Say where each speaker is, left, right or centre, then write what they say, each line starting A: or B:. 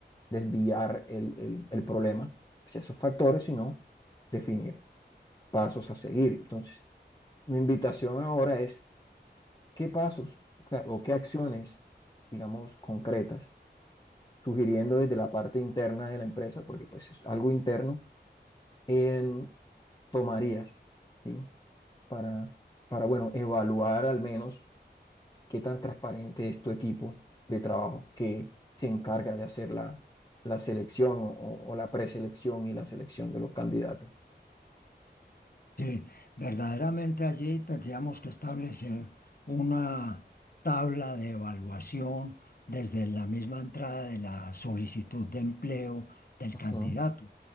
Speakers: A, on the left (about 25°); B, on the left (about 55°).
A: desviar el, el- el problema hacia esos factores, sino definir pasos a seguir. Entonces, mi invitación ahora es qué pasos o qué acciones, digamos, concretas, sugiriendo desde la parte interna de la empresa, porque pues es algo interno, en tomarías, ¿sí? Para, para, bueno, evaluar al menos qué tan transparente es tu equipo de trabajo que se encarga de hacer la, la selección o, o- o la preselección y la selección de los candidatos.
B: Sí, verdaderamente allí tendríamos que establecer una tabla de evaluación desde la misma entrada de la solicitud de empleo del
A: Ujú.
B: candidato.